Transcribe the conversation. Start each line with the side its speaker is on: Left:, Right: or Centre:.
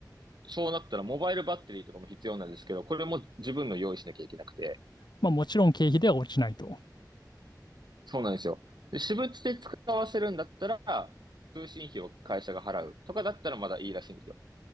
Right: そうなったらモバイルバッテリーとかも必要なんですけど、これも自分の用意しなきゃいけなくて、
Left: まあもちろん経費では落ちないと。
Right: そうなんですよ。で、私物で使わせるんだったら、通信費を会社が払うとかだったらまだいいらしいんですよ。